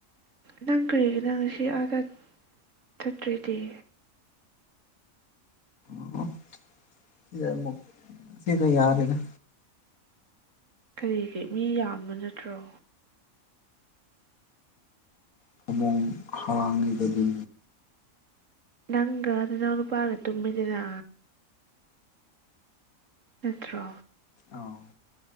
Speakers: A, on the right; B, on the left.
A: ꯅꯪ ꯀꯔꯤꯒꯤꯦ ꯅꯪ ꯁꯤ ꯑꯥꯗ ꯆꯠꯇ꯭ꯔꯤꯗꯤ
B: ꯑꯣ ꯁꯤꯗ ꯁꯤꯗ ꯌꯥꯔ ꯏꯅ
A: ꯀꯔꯤ ꯀꯔꯤ ꯃꯤ ꯌꯥꯝꯕ ꯅꯠꯇ꯭ꯔꯣ
B: ꯐꯃꯣꯡ ꯍꯥꯔꯥꯡꯒꯗ
A: ꯅꯪ ꯑꯗꯨ ꯅꯅ ꯄꯥꯂ ꯇꯨꯝꯃꯤꯗꯅ ꯅꯠꯇ꯭ꯔꯣ
B: ꯑꯥꯎ